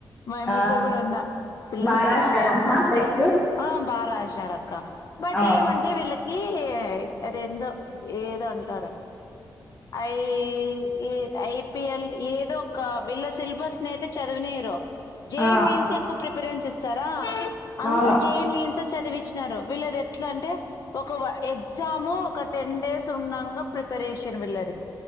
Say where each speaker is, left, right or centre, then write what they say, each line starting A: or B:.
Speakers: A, on the left; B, on the left.
A: మాయామతో
B: ఆ
A: కూడాన్నా పిల్లలనికాడే
B: మహారాష్ట్రనా
A: ఏచ్చా
B: బెస్ట్
A: ఆ బా రాశినడ బట్
B: ఆ
A: ఏమంటే వీళ్ళకి అది ఎందో ఏదో అంటారు అయి అయి పి ల్ ఎదో వీలా సెలబస్ నె చదవ నియరు జె
B: ఆ
A: ఈ మైన్స్ ఏ ఎక్కువ ప్రీ ఎక్పీరియన్స్ ఇచ్చారా అంతా
B: అవును
A: జే ఈ మైన్స్ చదివిి వీళ్ళది ఎట్లా అంటే ఒక ఎగ్జామ్ ఒక టెన్ డేస్ ఉన్నాగ ప్రిపరేషన్ <unintelligible>